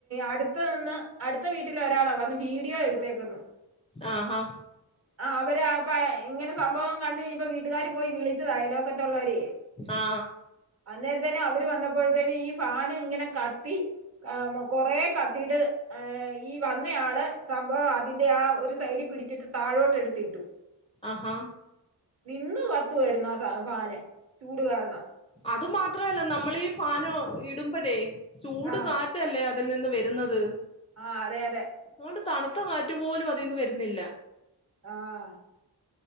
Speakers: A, on the right (about 40°); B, on the left (about 15°).
A: അടു ത്ത്ന്ന് അട്ത്ത വീട്ടില് ഒരാളാ വന്ന് വീഡിയോ എടുത്തേക്കുന്നു
B: ആഹ്ഹാ
A: ആഹ് അവര് അപ്പ ഇങ്ങനെ സംഭവം കണ്ട് യീപ്പ വീട്ട്കാര് പോയി വിളിച് ച്ചൂ അയലോക്കത്ത്ള്ളോരെ
B: ആ
A: അന്നേരംതന്നെ അവര് വന്നപ്പോഴ്ത്തേനും ഈ ഫാന് ഇങ്ങനെ കത്തി ആഹ് മോ കൊറേ കത്തീട്ട് ഏ് ഈ വന്നയാള് സംഭവം അതിന്റെ ആ ഒരു സൈഡി പിടിച്ചിട്ട് താഴോട്ട് എടുത്തിട്ടു
B: ആഹ്ഹാ
A: നിന്ന് കത്തുവായിരുന്നു ആ സാ ഫാന് ചൂട് കാരണം
B: അത് മാത്രമല്ല നമ്മളീ ഫാനോ ഇടുമ്പഴേ ചൂട്
A: ആഹ്
B: കാറ്റ്- റ്റല്ലേ അതിൽ നിന്ന് വരുന്നത്
A: ആഹ്അതെ അതെ
B: ഓണ്ട് തണുത്ത കാറ്റുപോലും അതീന്ന് വരുന്നില്ല
A: ആഹ്